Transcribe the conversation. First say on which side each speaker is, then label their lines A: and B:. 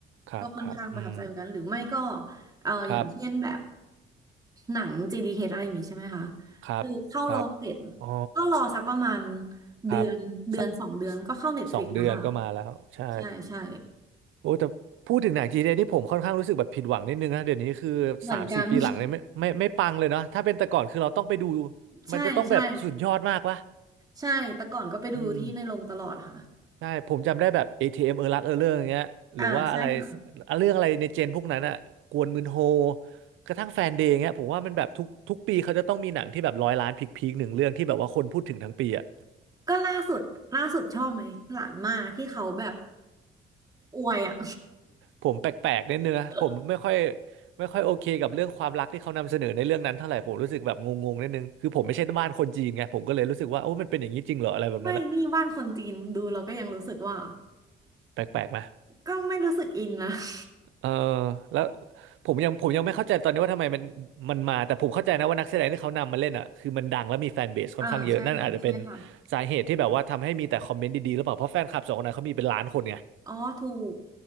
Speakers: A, on the right; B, on the right.
A: ครับครับอืม
B: ก็ค่อนข้างประทับใจเหมือนกันหรือไม่ก็เอออย่างเช่นแบบ
A: ครับ
B: หนัง GDH อชอะไรอย่างงี้ใช่ไหมคะ
A: ครับครับ
B: คือเข้าโรงเสร็จ
A: อ๋อ
B: ก็รอสักประมาณเดือนเดือนสองเดือนก็เข้า
A: ครับสส
B: Netflix
A: สองเดือนก็มาแล้วใช่
B: แล้วค่ะใช่ใช่
A: โอ้แต่พูดถึงหนังจีนเนี่ยที่ผมค่อนข้างรู้สึกแบบผิดหวังนิดนึงนะเดี๋ยวนี้คือสามสี่ปีหลังเนี่ยไม่ไม่ไม่ปังเลยเนาะถ้าเป็นแต่ก่อนคือเราต้องไปดู
B: เหมือนกัน <laughs> ใช่ใช่
A: มันจะต้องแบบสุดยอดมากวะ
B: ใช่แต่ก่อนก็ไปดูที่ในโรงตลอดค่ะ
A: อืมใช่ผมจำได้แบบ ATM เอมเออรักเออเรื่องอย่างเงี้ยหรือว่าอะไร
B: อ่าใช่ค่ะ
A: เรื่องอะไรในเจนพวกนั้นอะกวนมืนโฮกระทั่งแฟนเดย์เงี้ยผมว่ามันแบบทุกทุกปีเขาจะต้องมีหนังที่แบบร้อยล้านพีคๆหนึ่งเรื่องที่แบบว่าคนพูดถึงทั้งปีอะ
B: ก็ล่าสุดล่าสุดชอบไหมหลานมาที่เขาแบบอวยอ่ะ
A: ผมแปลกๆนิดนึงนะผมไม่ค่อย
B: <laughs>
A: ไม่ค่อยโอเคกับเรื่องความรักที่เขานำเสนอในเรื่องนั้นเท่าไหร่ผมรู้สึกแบบงงๆนิดนึงคือผมไม่ใช่บ้านคนจีนไงผมก็เลยรู้สึกว่าโอ้มันเป็นอย่างนี้จริงเหรออะไรแบบนั้นอะ
B: ไม่นี่บ้านคนจีนดูเราก็ยังรู้สึกว่า
A: แปลกๆไหม
B: ก็ไม่รู้สึกอินนะ <laughs>
A: เออแล้วผมยังผมยังไม่เข้าใจตอนนี้ว่าทำไมมันมันมาแต่ผมเข้าใจนะว่านักแสดงที่เขานำมาเล่นอะคือมันดังและมีแฟนเบสค่อนข้างเยอะนั่นอาจจะเป็น
B: อ่าใช่ค่ะใช่ค่ะ
A: สาเหตุที่แบบว่าทำให้มีแต่คอมเมนต์ดีๆหรือเปล่าเพราะแฟนคลับสองคนนั้นเขามีเป็นล้านคนไง
B: อ๋อถูก